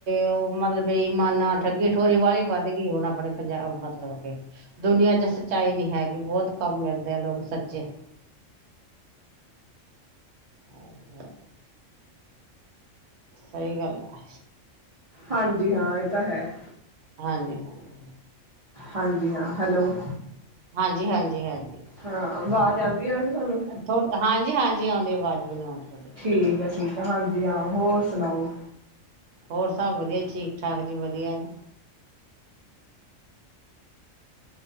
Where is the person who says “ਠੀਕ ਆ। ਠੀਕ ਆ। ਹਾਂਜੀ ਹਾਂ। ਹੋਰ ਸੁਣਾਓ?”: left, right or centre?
Right